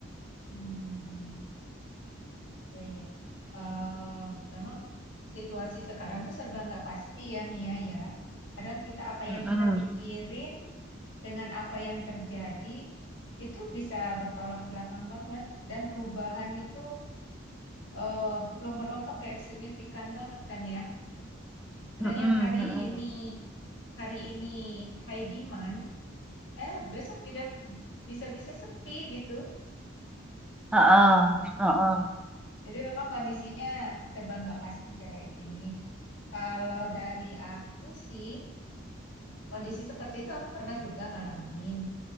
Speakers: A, on the left; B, in the centre.
A: Hmm. Iya, iya. Eh, memang situasi sekarang tuh serba nggak pasti ya, Mia ya. Kadang kita apa
B: Mm-mm,
A: yang kita pikirin dengan apa yang terjadi itu bisa bertolak belakang banget dan perubahan itu eh, lompat-lompat kayak signifikan banget kan ya. Kadang
B: mm-mm,
A: yang hari
B: mm-mm.
A: ini hari ini high demand, eh besok tidak bisa-bisa sepi gitu.
B: Heeh, heeh.
A: Jadi memang kondisinya serba nggak pasti kayak gini. Kalau dari aku sih, kondisi seperti itu aku pernah juga ngalamin.